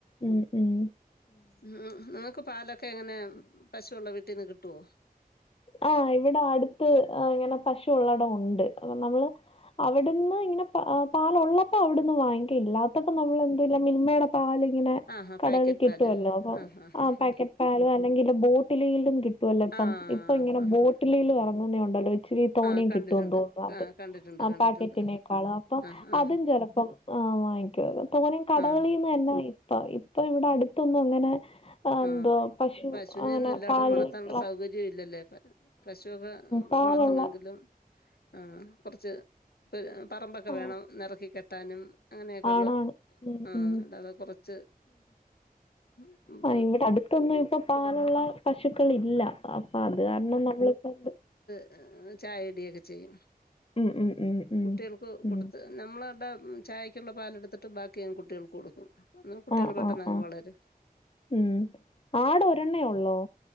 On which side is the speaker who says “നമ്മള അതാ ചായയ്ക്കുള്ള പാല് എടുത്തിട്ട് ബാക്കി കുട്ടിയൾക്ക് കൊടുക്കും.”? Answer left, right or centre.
Left